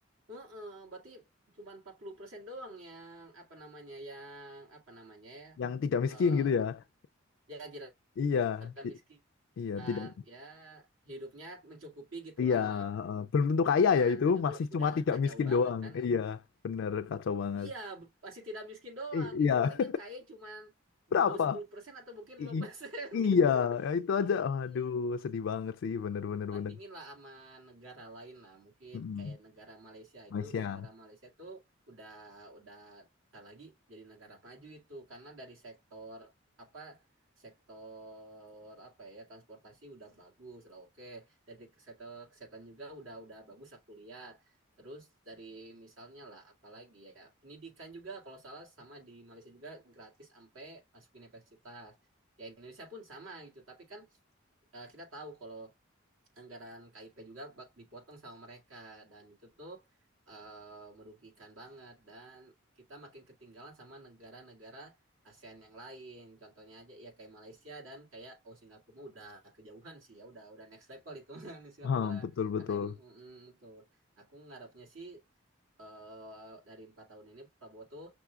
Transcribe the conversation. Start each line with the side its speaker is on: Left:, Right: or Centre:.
Right: heeh, berarti cuma 40% doang yang apa namanya yang apa namanya ya
Left: Yang tidak miskin
Right: eh
Left: gitu ya.
Right: ya kira
Left: Iya, i-
Right: miskin
Left: iya,
Right: dan
Left: tidak.
Right: ya hidupnya mencukupi gitulah
Left: Iya, eh, belum tentu kaya
Right: dan
Left: ya itu,
Right: itu
Left: masih
Right: tuh
Left: cuma
Right: udah
Left: tidak
Right: kacau
Left: miskin
Right: banget
Left: doang.
Right: kan
Left: Iya, bener kacau banget.
Right: iya b- masih tidak miskin doang
Left: I-
Right: gitu
Left: iya,
Right: paling yang kaya cuman
Left: berapa?
Right: di bawah 10% atau mungkin lima
Left: I- i-
Right: persen
Left: Iya,
Right: gitu <laughs>
Left: ya itu aja.
Right: iya
Left: Aduh, sedih banget sih, bener-bener
Right: bandingin
Left: bener. bener,
Right: lah sama negara lain lah mungkin
Left: bener. Mm-mm.
Right: kayak negara Malaysia
Left: Malaysia.
Right: itu negara Malaysia tuh udah udah tak lagi jadi negara maju itu karena dari sektor apa sektor apa ya transportasi udah bagus lah oke dari sektor kesehatan juga udah udah bagus aku lihat terus dari misalnya lah apalagi ya pendidikan juga kalau salah sama di Malaysia juga gratis sampai masuk universitas ya Indonesia pun sama gitu tapi kan eh, kita tahu kalau anggaran KIP juga bak- dipotong sama mereka dan itu tuh eh, merugikan banget dan kita makin ketinggalan sama negara-negara ASEAN yang lain. Contohnya aja ya kayak Malaysia dan kayak oh Singapura mah udah kejauhan sih ya, udah udah next level itu <laughs> di Singapura.
Left: Hah, betul betul.
Right: Karena em- mm, tuh aku ngarepnya sih eh, dari empat tahun ini Prabowo tuh